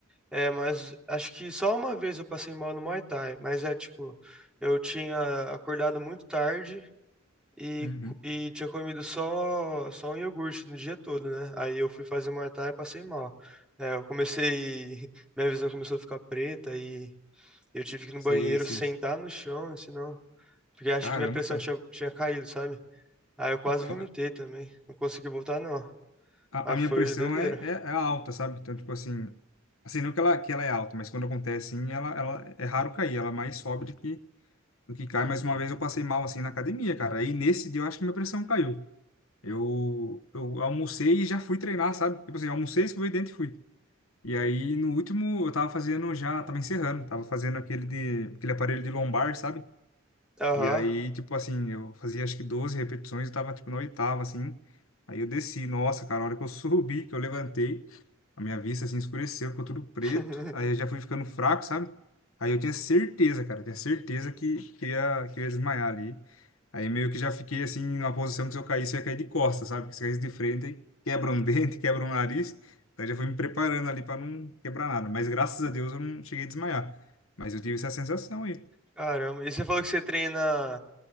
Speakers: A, in the centre; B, on the left.
A: É, mas acho que só uma vez eu passei mal no Muay Thai, mas é tipo, eu tinha acordado muito tarde e,
B: Uhum.
A: co- e tinha comido só, só um iogurte no dia todo, né? Aí eu fui fazer Muay Thai e passei mal. É, eu comecei, <laughs> minha visão começou a ficar preta e eu tive que ir no
B: Sei,
A: banheiro
B: sei.
A: sentar no chão, senão, porque acho
B: Caramba,
A: que minha pressão
B: cara.
A: tinha, tinha caído, sabe? Aí eu quase
B: Então,
A: vomitei também, não consegui voltar não.
B: a,
A: Mas
B: a minha
A: foi
B: pressão
A: doideira.
B: é, é, é alta, sabe? Então, tipo assim, assim, não que ela, que ela é alta, mas quando acontece, assim, ela, ela é raro cair, ela mais sobe do que, do que cai. Mas uma vez eu passei mal, assim, na academia, cara. Aí nesse dia eu acho que minha pressão caiu. Eu, eu almocei e já fui treinar, sabe? Tipo assim, almocei, escovei o dente e fui. E aí, no último, eu tava fazendo já, tava encerrando, tava fazendo aquele de, aquele aparelho de lombar, sabe?
A: Aham.
B: E aí, tipo assim, eu fazia acho que 12 repetições, eu tava tipo na oitava, assim. Aí eu desci, nossa, cara, a hora que eu <laughs> subi, que eu levantei, a minha vista assim escureceu, ficou tudo preto.
A: <laughs>
B: Aí eu já fui ficando fraco, sabe? Aí eu tinha certeza, cara, eu tinha certeza que, que, ia, que eu ia desmaiar ali. Aí meio que já fiquei assim, numa posição que se eu caísse, eu ia cair de costas, sabe? Porque se eu caísse de frente, aí quebra um <laughs> dente, quebra um nariz. Então eu já fui me preparando ali pra não quebrar nada. Mas graças a Deus eu não cheguei a desmaiar. Mas eu tive essa sensação aí.
A: Caramba, e você falou que você treina